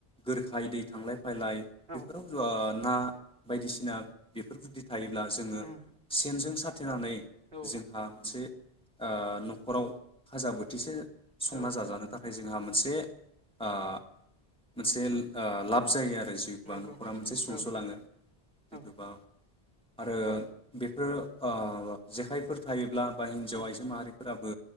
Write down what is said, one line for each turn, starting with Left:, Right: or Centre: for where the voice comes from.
Centre: गोरखायै दै थांलाय <unintelligible> <unintelligible>
Right: औ
Centre: बेफोराव <unintelligible> बायदिसिना <unintelligible> बेफोरबायदि थायोब्ला जोङो
Right: उम
Centre: सेनजों साथेनानै
Right: औ
Centre: जोंहा मोनसे ओ न'खराव खाजा बोथिसे संना
Right: औ
Centre: जाजानो था नाथाय जोंहा मोनसे ओ मोनसे ओ लाब जायो आरो <unintelligible>
Right: नंगौ
Centre: न'खरा मोनसे सुंस'लाङो
Right: औ
Centre: जिथुबा
Right: औ
Centre: आरो
Right: ओ
Centre: बेफोर जेखायफोर थायोब्ला बा हिनजाव
Right: ओ
Centre: आइजो माहारि फोराबो